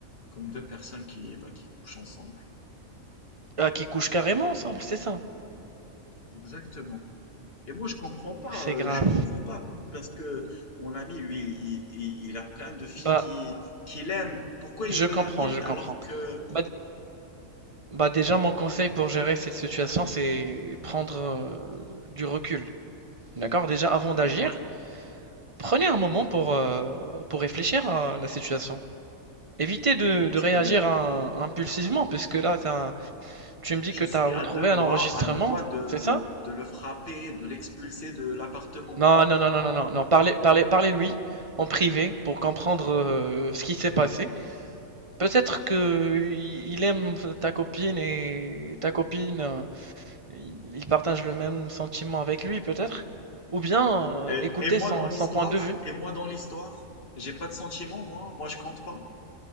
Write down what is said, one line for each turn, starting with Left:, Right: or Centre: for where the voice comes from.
Left: comme deux personnes qui, bah, qui couchent ensemble.
Right: Ah, qui couche carrément ensemble, c'est ça?
Left: Exactement. Et moi, je comprends pas,
Right: C'est
Left: euh,
Right: grave.
Left: je comprends pas, parce que mon ami, lui, il, il- il a plein de filles
Right: Bah,
Left: qui, qu'il aime. Pourquoi
Right: je
Left: il veut
Right: comprends,
Left: la mienne
Right: je comprends.
Left: alors que...
Right: Bah, Bah déjà, mon conseil pour gérer cette situation, c'est prendre euh, du recul. D'accord? Déjà, avant d'agir,
Left: D'accord.
Right: prenez un moment pour, euh, pour réfléchir à la situation. Évitez de,
Left: Oui, parce
Right: de réagir
Left: que
Right: à- impulsivement, puisque là, t'as- tu me dis
Left: je
Right: que
Left: suis
Right: tu as retrouvé
Left: à deux doigts,
Right: un enregistrement,
Left: à deux doigts de,
Right: c'est ça?
Left: de le frapper, de l'expulser de l'appartement,
Right: Non,
Left: hein.
Right: non, non, non, non, non, non. Parlez, parlez, parlez-lui en privé pour comprendre euh, ce qui s'est passé. Peut-être que il il aime ta copine et ta copine. euh, Ils ils partagent le même sentiment avec lui peut-être? Ou bien,
Left: Et,
Right: heu, écouter
Left: et moi
Right: son
Left: dans l'histoire,
Right: son point de vue?
Left: et moi dans l'histoire, j'ai pas de sentiment, moi, moi je compte pas.